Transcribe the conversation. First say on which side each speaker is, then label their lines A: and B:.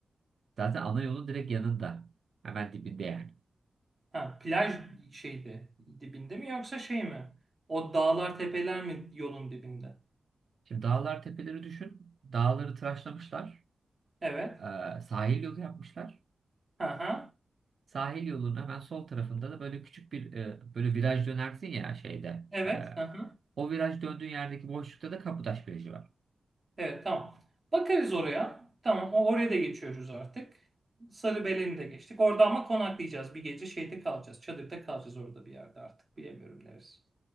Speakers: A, on the right (about 60°); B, on the right (about 30°).
A: zaten ana yolun direkt yanında. Hemen dibinde yani.
B: Ha, plaj şeyde dibinde mi yoksa şey mi? O dağlar tepeler mi yolun dibinde?
A: Şimdi dağlar tepeleri düşün. Dağları tıraşlamışlar.
B: Evet.
A: e, sahil yolu yapmışlar.
B: Ha ha.
A: Sahil yolunun hemen sol tarafında da böyle küçük bir e, böyle viraj dönersin ya şeyde.
B: Evet.
A: e,
B: Hı hı.
A: o viraj döndüğün yerdeki boşlukta da Kapıtaş Virajı var.
B: Evet tamam. Bakarız oraya. Tamam o- oraya da geçiyoruz artık. Sarıbelen'i de geçtik. Orada ama konaklayacağız. Bir gece şeyde kalacağız. Çadırda kalacağız orada bir yerde artık. Bilemiyorum neresi.